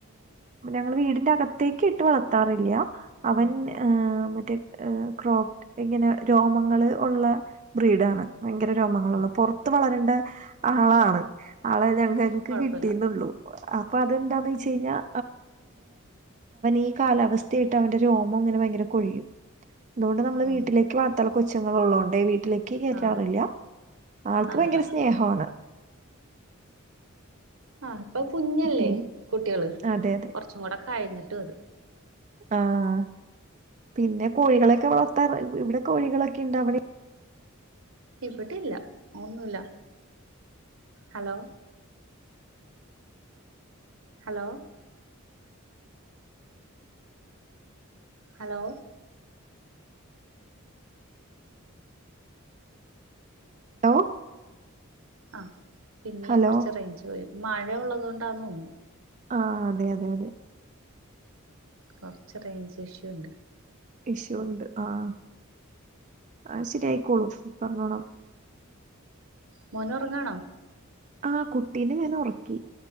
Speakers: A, on the right (about 35°); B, on the right (about 80°).
A: ഞങ്ങൾ വീടിന്റെ അകത്തേക്ക് ഇട്ട് വളർത്താറില്ല അവൻ
B: ആ
A: മറ്റ ക്രോപ ഇങ്ങനെ രോമങ്ങള്ൾ ഉള്ള ബ്രീഡാണ് ഭയങ്കര രോമങ്ങളള്ള
B: ആ
A: പുറത്ത വളര എ ആളാണ് ആളു എനക്ക്
B: അപ്പൊ കൊഴപ്പില്ല
A: കിട്ടീന്നള്ളൂ അപ്പൊ അതെന്താന്ന് വെച്ച് കഴിഞ്ഞാൽ ഈ കാലാവസ്ഥയായിട്ട് അവന്റെ രോമം ഇങ്ങനെ ഭയങ്കര കൊഴിയും അതുകൊണ്ട് നമ്മള്
B: ഓ
A: വീട്ടിലേക്ക് വളർത്തണം കൊച്ചുങ്ങള ഉള്ളണ്ട് വീട്ട വീട്ടിലേക്ക് കയറ്റാറില്ല
B: ആ
A: ആൾക്ക്
B: നല്ലതാ
A: ഭയങ്കര സ്നേഹമാണ്
B: ആ ഇപ്പൊ കുഞ്ഞല്ലേ
A: പിന്നെ
B: കുട്ടികള്
A: അതെ
B: കുറച്ചും കൂടെ കഴിഞ്ഞിട്ട്- കിട്ടും അത്
A: ആഹ പിന്നെ കോഴികളൊക്കെ വളർത്താറ് ഇവിടെ കോഴികളൊക്കെ ഇണ്ട അവിടെ
B: ഇവിടില്ല ഒന്നുല്ല ഹലോ ഹലോ ഹലോ
A: ഹലോ
B: ആ പിന്നേ
A: ഹലോ
B: കുറച്ച് റേഞ്ച് പോയി മഴ ഉള്ളത് കൊണ്ടന്നുതോന്നണു
A: ആഹ അതെ അതെ അതെ
B: കൊറച്ച റേഞ്ച് ഇഷ്യൂ
A: ഇഷ്യൂ ഒണ്ട് ആഹ് ആ ശരി ആയിക്കോളും ഇപ്പ ഒറങ്ങണം
B: മോന് ഒറങ്ങുവാണോ
A: ആഹ് കുട്ടീന ഞാൻ ഒറക്കി